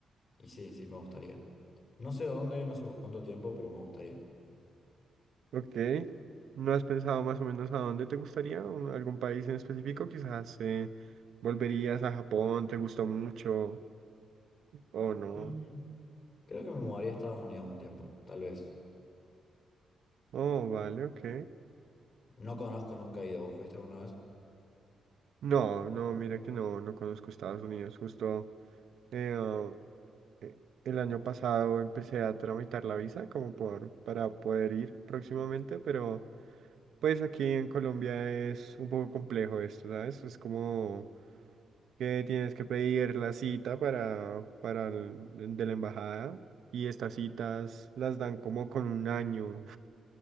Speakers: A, on the left; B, on the right.
A: y sí, sí, me gustaría. No sé a dónde, no sé por cuánto tiempo, pero me gustaría.
B: Ok. ¿No has pensado más o menos a dónde te gustaría? ¿Un- ¿Algún país en específico? Quizás eh, volverías a Japón, ¿te gustó mucho o no?
A: Mm, Creo que me mudaría a Estados Unidos un tiempo, tal vez.
B: Oh, vale, ok.
A: No conozco, nunca he ido. ¿Vos fuiste alguna vez?
B: No, no, mira que no, no conozco Estados Unidos. Justo eh, ah, eh, el año pasado empecé a tramitar la visa como por, para poder ir próximamente, pero pues aquí en Colombia es un poco complejo esto, ¿sabes? Es como... que tienes que pedir la cita para, para el- de la embajada y estas citas las dan como con un año